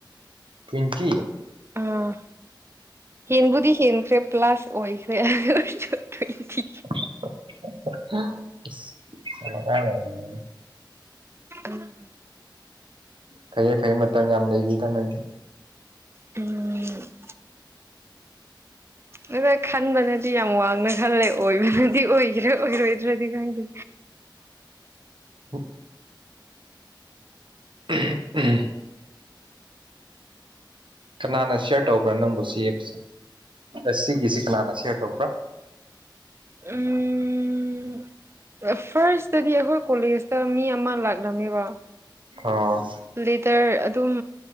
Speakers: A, on the right; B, on the right.
A: ꯇꯨꯋꯦꯟꯇꯤ
B: ꯑꯥ ꯍꯦꯟꯕꯨꯗꯤ ꯍꯦꯟꯈ꯭ꯔꯦ ꯄ꯭ꯂꯁ ꯑꯣꯏꯈ꯭ꯔꯦ ꯑꯗꯨꯑꯣꯏꯔꯁꯨ ꯇꯋ꯭ꯌꯟꯇꯤ
A: ꯎ
B: ꯎꯝ
A: ꯐꯩꯌꯦ ꯐꯩ ꯃꯇꯝ ꯌꯥꯝ ꯂꯩꯔꯤꯗ ꯅꯪꯗꯤ
B: ꯎꯝ <unintelligible> ꯈꯟꯕꯅꯗꯤ ꯌꯥꯝ ꯋꯥꯡꯅ ꯈꯜꯂꯦ ꯑꯣꯏꯕꯅꯗꯤ ꯑꯣꯏꯈ꯭ꯔꯦ ꯑꯣꯏꯔꯣꯏꯗ꯭ꯔꯗꯤ ꯈꯪꯗꯦ
A: ꯑꯣ ꯎꯝ ꯎꯝ ꯀꯅꯥꯅ ꯁꯤꯌꯔ ꯇꯧꯕ꯭ꯔꯥ ꯅꯪꯕꯨ ꯁꯤꯞꯁꯦꯁ ꯁꯤꯒꯤꯁꯤꯦ ꯀꯅꯥꯅ ꯁꯤꯌꯔ ꯇꯧꯕ꯭ꯔꯥ
B: ꯎꯝ ꯐꯥꯔꯁꯗꯗꯤ ꯑꯩꯈꯣꯏ ꯀꯣꯂꯦꯖ ꯇꯥ ꯃꯤ ꯑꯃ ꯂꯥꯛꯂꯝꯃꯦꯕ
A: ꯑꯣ
B: ꯂꯦꯇꯔ ꯑꯗꯨꯝ